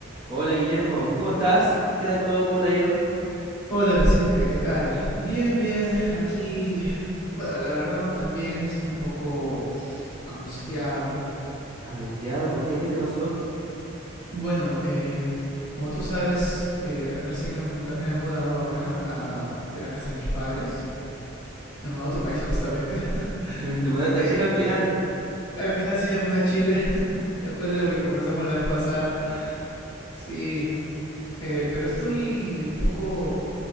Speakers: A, on the right; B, on the left.
A: Hola Guillermo, ¿cómo estás? ¿Qué tal todo? ¿Cómo te ha ido?
B: Hola Vicente, ¿qué tal? Bien, bien, aquí, bueno, la verdad no tan bien, estoy un poco angustiado.
A: Angustiado, ¿por qué? ¿Qué te pasó?
B: Bueno, eh, como tú sabes, eh, recién me, he munda- me he mudado ahora a- de la casa de mis padres, me he mudado a tu país justamente. <laughs>
A: <laughs> ¿Te, te mudaste
B: Eh,
A: a Chile al final?
B: al final sí me mudé a Chile, <laughs> después de lo que conversamos la vez pasada, sí, eh, pero estoy un poco,